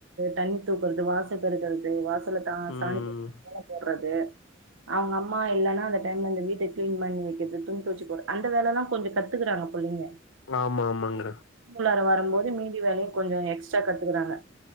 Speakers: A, on the right; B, on the left.
A: தண்ணி தூக்குறது வாச பெருக்கறது வாச
B: ம்.
A: சாணி தெளிச்சி கோலம் போட்றது அவங்க அம்மா இல்லனா அந்த டைம்ல இந்த வீட்டை கிளீன் பண்ணி வைக்கிறது துணி துவச்சி போடுறது அந்த வேலலா கொஞ்ச கத்துக்குறாங்க பிள்ளைங்க
B: ஆமா, ஆமாங்க.
A: அதை வரும் போது மீதி வேலையு கொஞ்ச எக்ஸ்ட்ரா கத்துக்குறாங்க